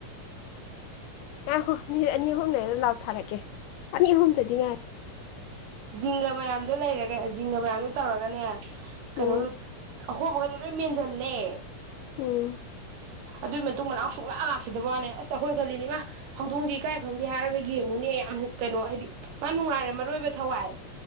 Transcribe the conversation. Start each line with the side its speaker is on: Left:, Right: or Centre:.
Left: ꯑꯥ ꯍꯣ ꯃꯤꯅꯤꯠ ꯑꯅꯤ ꯑꯍꯨꯝ ꯂꯩꯔ ꯂꯥꯎ ꯊꯥꯔꯛꯀꯦ ꯑꯅꯤ ꯑꯍꯨꯝꯗꯗꯤ ꯉꯥꯏ
Right: ꯖꯤꯡꯒ ꯃꯌꯥꯝꯗꯣ ꯂꯩꯔꯒ ꯖꯤꯡꯒ ꯃꯌꯥꯝꯗꯣ ꯇꯧꯔꯒꯅꯦ ꯀꯩꯅꯣ
Left: ꯎꯝ
Right: ꯑꯍꯣꯕꯒ ꯑꯔ ꯃ ꯆꯜꯂꯦ
Left: ꯎꯝ
Right: ꯑꯗꯨꯏ ꯃꯇꯨꯡ ꯃꯅꯥꯎ ꯁꯨꯡꯂꯥꯛ ꯂꯥꯛꯈꯤꯗꯕꯅꯦ ꯑꯁ ꯑꯩꯈꯣꯏꯅ ꯈꯜꯂꯤꯅꯤꯃ ꯍꯧꯗꯣꯡꯁꯦ ꯏꯀꯥꯏ ꯈꯪꯗꯦ ꯍꯥꯏꯔꯒ ꯌꯦꯡꯉꯨꯅꯦ ꯌꯥꯝ ꯀꯩꯅꯣ ꯍꯥꯏꯗꯤ ꯃꯥ ꯅꯨꯡꯉꯥꯏꯔꯦ ꯃꯔꯣꯏ ꯑꯣꯏꯕ ꯊꯋꯥꯏ